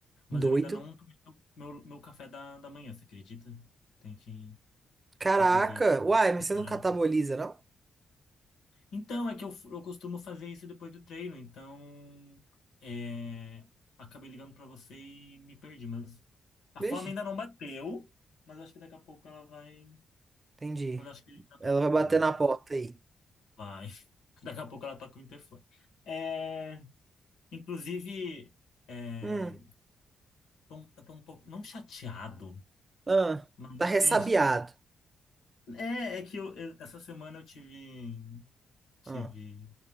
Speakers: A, on the left (about 80°); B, on the right (about 35°).
A: mas
B: doido.
A: eu ainda não tomei o meu, meu café da, da manhã, você acredita? Tem que,
B: Caraca,
A: inclusive,
B: uai, mas
A: preparar.
B: você não cataboliza, não?
A: Então, é que eu, f- eu costumo fazer isso depois do treino, então é, acabei ligando pra você e me perdi, mas a
B: Beijo.
A: fome ainda não bateu, mas acho que daqui a pouco ela vai.
B: Entendi.
A: Mas acho que dá pra
B: Ela
A: aguentar,
B: vai bater
A: dá.
B: na porta aí.
A: Vai. <laughs> Daqui a pouco ela toca o interfone. É, inclusive, é,
B: Hum,
A: tô, um, eu tô um pouco, não chateado,
B: ah,
A: mas
B: tá ressabiado.
A: assim, <laughs> é, é que eu, eu- essa semana eu tive, tive
B: Ah,